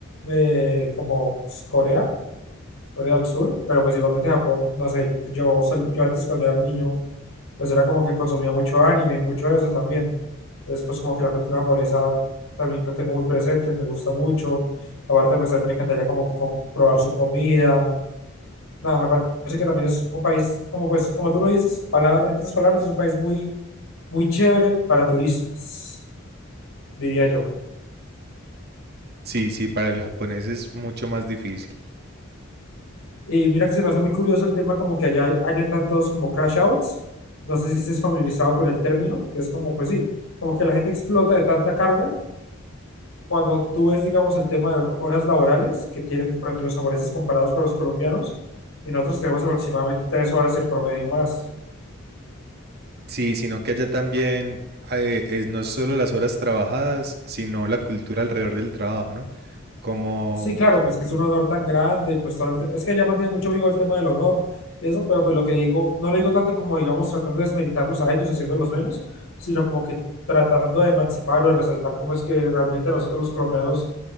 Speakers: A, on the left; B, on the right.
A: eh, como pues, Corea. Corea del Sur, pero pues igualmente Japón, no sé, pues yo, sali- yo antes cuando era niño, pues era como que consumía mucho anime y mucho eso también. Entonces, pues como que la cultura japonesa también lo tengo muy presente, me gusta mucho. Aparte, pues a mí me encantaría como que com- probar su comida. Nada, me parece que también es un país, como pues, como tú lo dices, palabra, en otras palabras, es un país muy, muy chévere para turistas, diría yo.
B: Sí, sí, para los japoneses es mucho más difícil.
A: Y mira que se me hace muy curioso el tema como que allá hayan tantos como crash outs. No sé si estés familiarizado con el término, que es como, pues sí, como que la gente explota de tanta carga. Cuando tú ves, digamos, el tema de horas laborales que tienen, por ejemplo, los japoneses comparados con los colombianos, y nosotros tenemos aproximadamente tres horas en promedio más.
B: Sí, sino que allá también eh, es no solo las horas trabajadas, sino la cultura alrededor del trabajo, ¿no? Como,
A: Sí, claro, pues que es un honor tan grande y pues todo el te- es que ya mantiene mucho vivo el tema del honor y eso, pero pues lo que digo, no lo digo tanto como digamos tratando de desmeritarlos a ellos, haciéndolos menos, sino como que tratando de emancipar o de resaltar cómo es que realmente nosotros los colombianos,